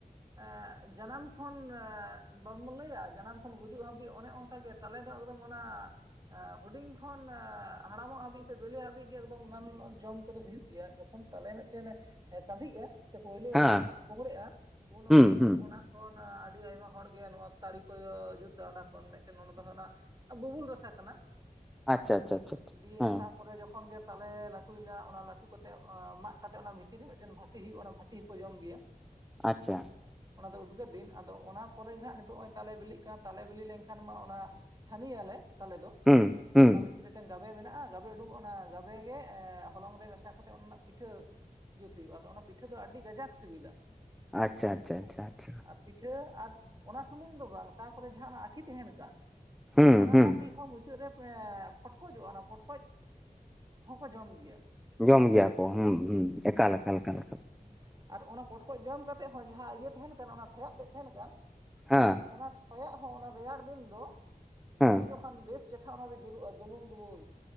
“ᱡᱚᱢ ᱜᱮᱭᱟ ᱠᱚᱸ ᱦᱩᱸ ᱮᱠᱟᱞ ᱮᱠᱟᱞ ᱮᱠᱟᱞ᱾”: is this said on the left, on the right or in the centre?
Centre